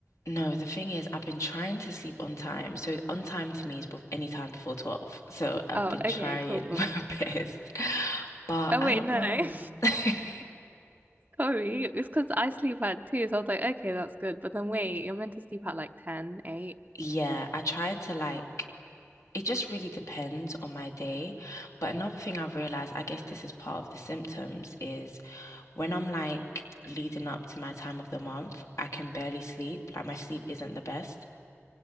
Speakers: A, on the left; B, on the right.
A: no, the thing is, I've been trying to sleep on time. So on time to me is bef- any time before 12. So I've
B: Oh,
A: been trying
B: okay, cool, cool.
A: <laughs> my best, but
B: Oh
A: I
B: wait,
A: don't
B: no.
A: know.
B: <laughs>
A: <laughs>
B: Sorry. It's because I sleep at two, so I was like, okay, that's good. But then wait, you're meant to sleep at like 10, eight.
A: Yeah, I try to like it just really depends on my day. But another thing I've realized, I guess this is part of the symptoms, is When I'm like leading up to my time of the month, I can barely sleep. Like my sleep isn't the best.